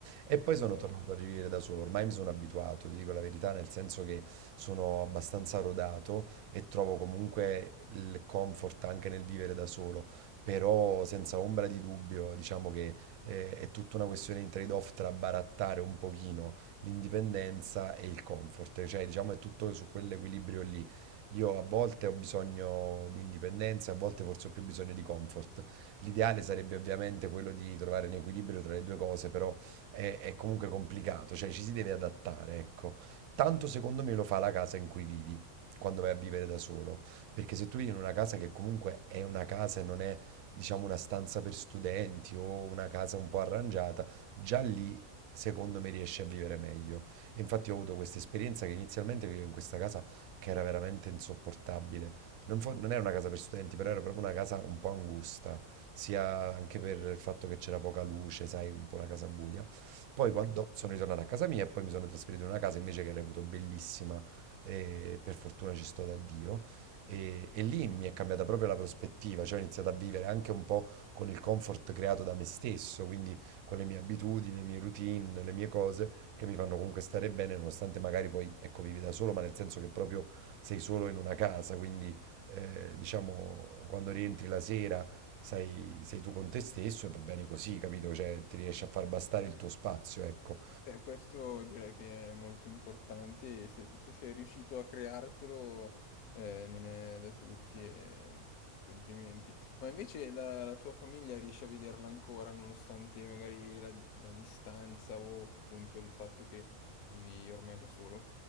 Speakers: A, on the right; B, on the left.
A: e poi
B: Esatto.
A: sono No. tornato a vivere da solo, ormai mi sono abituato, ti dico la verità, nel senso che sono abbastanza rodato e trovo comunque il comfort anche nel vivere da solo, però senza ombra di dubbio, diciamo che eh, è tutta una questione di trade-off tra barattare un pochino l'indipendenza e il comfort, cioè diciamo è tutto su quell'equilibrio lì. Io a volte ho bisogno di indipendenza, a volte forse ho più bisogno di comfort. L'ideale sarebbe ovviamente quello di trovare un equilibrio tra le due cose, però è, è comunque complicato, cioè ci si deve adattare, ecco. Tanto secondo me lo fa la casa in cui vivi quando vai a vivere da solo. Perché se tu vivi in una casa che comunque è una casa e non è, diciamo, una stanza per studenti o una casa un po' arrangiata, già lì secondo me riesci a vivere meglio. E infatti ho avuto questa esperienza che inizialmente vivevo in questa casa che era veramente insopportabile. Non, fo- non era una casa per studenti, però era proprio una casa un po' angusta, sia anche per il fatto che c'era poca luce, sai, un po' una casa buia. Poi
B: Mm.
A: quando sono ritornato a casa mia e poi mi sono trasferito in una casa invece che reputo bellissima e per fortuna ci sto da Dio. E, e lì mi è cambiata proprio la prospettiva, cioè ho iniziato a vivere anche un po' con il comfort creato da me stesso, quindi con le mie abitudini, le mie routine, le mie cose che mi fanno comunque stare bene, nonostante magari poi, ecco, vivi da solo, ma nel senso che proprio sei solo in una casa, quindi eh, diciamo quando rientri la sera sei, sei tu con te stesso e va bene così, capito? Cioè ti riesci a far bastare il tuo spazio, ecco.
B: Beh, questo direi che è molto importante e se, se sei riuscito a creartelo eh, non è da tutti e mm, complimenti. Ma invece la, la tua famiglia riesce a vederla ancora nonostante magari la, la distanza o appunto il fatto che vivi ormai da solo?